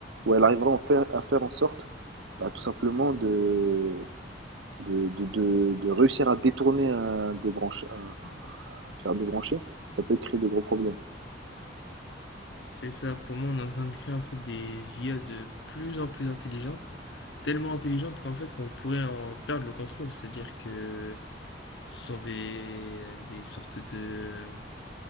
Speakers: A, on the right (about 80°); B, on the left (about 70°).
A: où elle arrivera à en faire, à faire en sorte, bah, tout simplement, de, de, de, de, de réussir à détourner un débranche, un- enfin, à se faire débrancher, ça peut créer de gros problèmes.
B: C'est ça, pour moi, on est en train de créer en fait des IA de plus en plus intelligentes, tellement intelligentes qu'en fait qu'on pourrait en perdre le contrôle. C'est-à-dire que Ce sont des, des sortes de